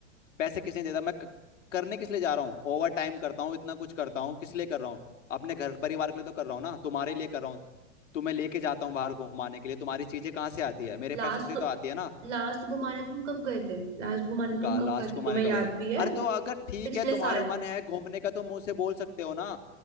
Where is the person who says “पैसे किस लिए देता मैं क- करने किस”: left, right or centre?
Left